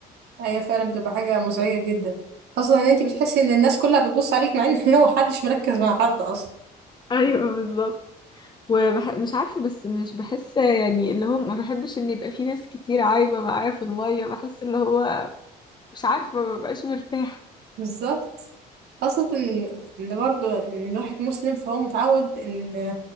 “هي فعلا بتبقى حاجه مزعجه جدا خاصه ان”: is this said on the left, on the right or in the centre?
Right